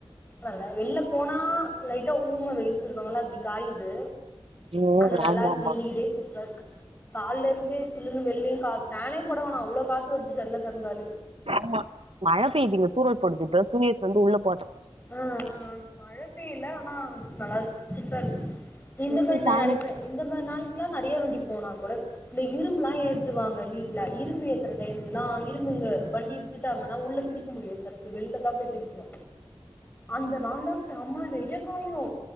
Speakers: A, on the left; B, on the right.
A: நல்லா வெள்ல போனா லைட்டா ஊம வெயில் சொல்வாங்கள்ள அப்டி காயிது
B: ம்
A: ஆனா நல்லாருக்கு
B: ஆமா ஆமா
A: வீடே சூப்ரா இருக்கு கால்ல இருந்தே சில்லுன்னு வெள்ளயு கா ஃபேனே போட வேணா அவ்ளோ காத்து வருது ஜன்னல தொரந்தாலே
B: ஆமா மழ பெய்து இங்க தூரல் போடுது இப்பதா துணிய எடுத்துட்டு வந்து உள்ள போட்டே
A: ஆ ஆ மழ பெய்ல ஆனா நல்லாருக்கு சூப்ரா இருக்கு இந்த
B: ம்ஹூம்
A: மாரி நா
B: ஃபேன்
A: நெனப்பே இந்த மாரி நாளுக்குல்லா நெறையா வண்டி போனா கூட இந்த இரும்புலா ஏத்துவாங்க வீட்ல இரும்பு ஏத்துற டைம்லா இரும்புங்க வண்டி விட்டுட்டாங்கன்னா உள்ள பிரி க்க முடியாது சரக்கு வெள்ல தா போய் பிரிக்கணு அந்த நாள்னா சம்ம வெய்ய காயு